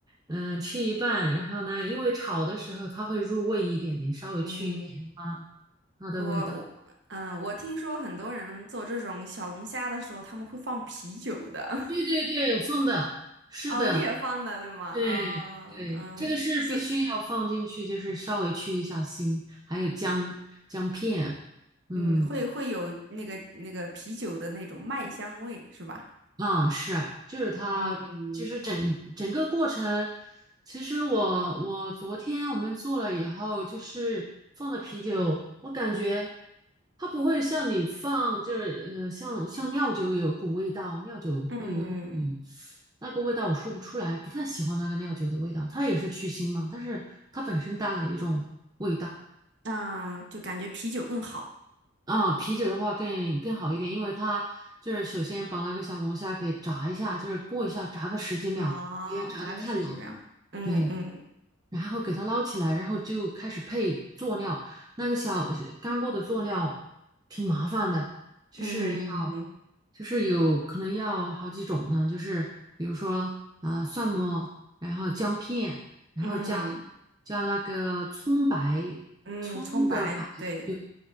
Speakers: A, on the right; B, on the right.
A: 嗯、吃一半，然后呢，因为炒的时候它会入味一点，点，稍微去一点啊，
B: 嗯，
A: 它的味道。
B: 我我嗯，我听说很多人做这种小龙虾的时候，他们会放啤酒的。<laughs>
A: 对对对，放的，是的，
B: 哦，你也放的对吗？
A: 对对，
B: 啊、嗯，
A: 这个是必须要放进去，
B: 是，
A: 就是稍微去一下腥，还有姜姜片，嗯，
B: 嗯，会会有那个那个啤酒的那种麦香味，是吧？
A: 啊，是，就是它，
B: 嗯，
A: 就是整整个过程。其实我我昨天我们做了以后，就是放的啤酒，我感觉它不会像你放，就是呃，像像料酒有股味道，料酒会有一股
B: 嗯，
A: 那个味道，我说不出来，不太喜欢那个料酒的味道。它也是去腥嘛，但是它本身带了一种味道。
B: 那就感觉啤酒更好
A: 啊，啤酒的话更更好一点，因为它就是首先把那个小龙虾给炸一下，就是过一下，炸个十几秒，
B: 哦，
A: 不要炸的太老。
B: 炸个十几秒。嗯嗯
A: 对，然后给它捞起来，然后就开始配佐料。那个小干锅的佐料挺麻烦的，就是要嗯
B: 嗯
A: 就是有可能要好几种呢，就是比如说啊、呃蒜末，然后姜片，然后加
B: 嗯
A: 加那个葱白，
B: 嗯，
A: 葱的白。
B: 葱白，对，
A: 对。